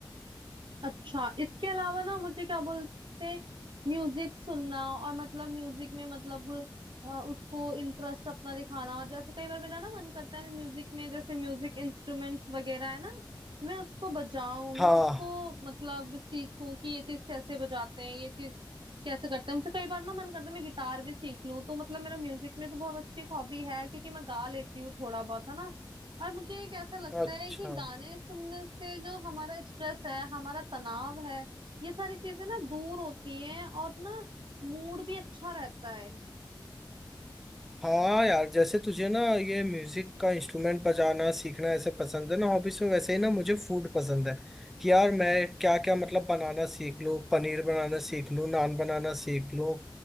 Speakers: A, on the right (about 75°); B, in the centre.
A: अच्छा इसके अलावा ना मुझे क्या बोलते हैं, म्यूजिक सुनना और मतलब म्यूजिक में मतलब अ, उसको इंटरेस्ट अपना दिखाना और जैसे कई बार मेरा ना मन करता है मैं म्यूजिक में जैसे म्यूजिक इंस्ट्रूमेंट्स वगैरह है ना मैं उसको बजाऊं
B: हाँ
A: मैं उसको मतलब सीखूं कि ये चीज कैसे बजाते हैं ये चीज कैसे करते हैं मुझे कई बार ना मन करता है मैं गिटार भी सीख लूं तो मतलब मेरा म्यूजिक में तो बहुत अच्छी एक हॉबी है क्योंकि मैं गा लेती हूँ थोड़ा बहुत है ना और मुझे एक ऐसा लगता
B: अच्छा
A: है कि गाने सुनने से जो हमारा स्ट्रेस है हमारा तनाव है ये सारी चीजें ना दूर होती हैं और ना मूड भी अच्छा रहता है
B: हाँ यार जैसे तुझे ना ये म्यूजिक का इंस्ट्रूमेंट बजाना सीखना ऐसे पसंद है ना हॉबीज में वैसे ही ना मुझे फूड पसंद है कि यार मैं क्या क्या मतलब बनाना सीख लूँ पनीर बनाना सीख लूँ नान बनाना सीख लूँ